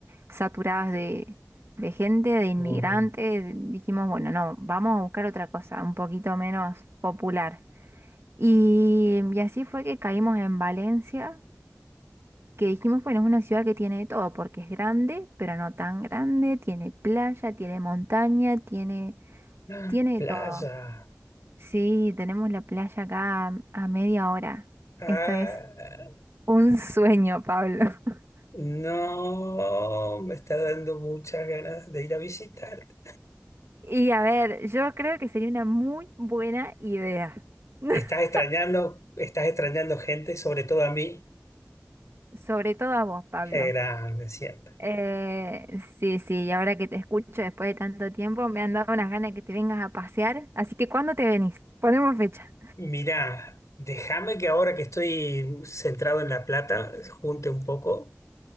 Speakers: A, on the right (about 50°); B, on the left (about 65°).
A: saturadas de, de gente, de inmigrantes.
B: Ujú.
A: Dijimos, bueno, no, vamos a buscar otra cosa, un poquito menos popular. Y, y así fue que caímos en Valencia que dijimos, bueno, es una ciudad que tiene de todo, porque es grande, pero no tan grande, tiene playa, tiene montaña, tiene,
B: Ah,
A: tiene de
B: Playa.
A: todo. Sí, tenemos la playa acá a, a media hora.
B: Ah,
A: Esto es un sueño, Pablo. <laughs>
B: no, me está dando muchas ganas de ir a visitarte.
A: Y a ver, yo creo que sería una muy buena idea. <laughs>
B: Estás extrañando, estás extrañando gente, sobre todo a mí.
A: Sobre todo a vos, Pablo.
B: Qué grande siempre.
A: Eh, sí, sí, y ahora que te escucho después de tanto tiempo, me han dado unas ganas de que te vengas a pasear. Así que, ¿cuándo te venís? Ponemos fecha.
B: Mirá, déjame que ahora que estoy centrado en La Plata, junte un poco,